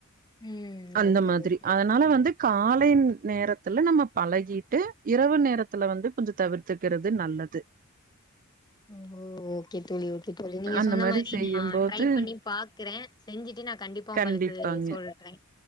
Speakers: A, on the left; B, on the right.
A: ம்
B: அந்த
A: ஓகே
B: மாதிரி
A: ஓகே
B: அதனால வந்து காலை நேரத்துல நம்ம பழகிட்டு இரவு நேரத்துல வந்து கொஞ்சோ தவிர்த்துக்கிறது நல்லது
A: ம் ம் ஓகே தோழி ஓகே தோழி நீங்க
B: அந்த
A: சொன்ன மாரி
B: செய்யும்போது
A: நா ட்ரை பண்ணி பாக்குறே செஞ்சிட்டு நா கண்டிப்பா
B: கண்டிப்பாங்க
A: உங்களுக்கு சொல்றே